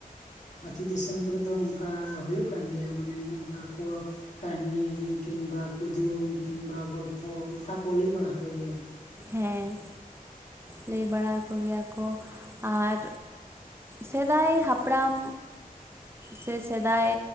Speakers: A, on the left; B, on the right.
A: ᱟᱛᱳᱞᱩ ᱫᱤᱥᱚᱢ ᱠᱚᱨᱮ ᱫᱚ ᱚᱱᱠᱟ ᱦᱩᱭᱩᱜ ᱠᱟᱱ ᱜᱮᱭᱟ ᱢᱟᱱᱮ ᱚᱱᱠᱟ ᱠᱚ ᱠᱟᱹᱦᱱᱤ ᱠᱤᱢᱵᱟ ᱠᱩᱫᱩᱢ ᱠᱤᱢᱵᱟ ᱜᱚᱞᱯᱷᱚ ᱚᱱᱠᱟ ᱠᱚ ᱞᱟᱹᱭ ᱵᱟᱲᱟ ᱟᱠᱚ ᱜᱮᱭᱟ ᱾
B: ᱦᱮᱸ ᱾ ᱞᱟᱹᱭ ᱵᱟᱲᱟ ᱦᱟᱠᱚ ᱜᱮᱭᱟ ᱠᱚ ᱟᱨ ᱥᱮᱫᱟᱭ ᱦᱟᱯᱲᱟᱢ ᱥᱮ ᱥᱮᱫᱟᱭ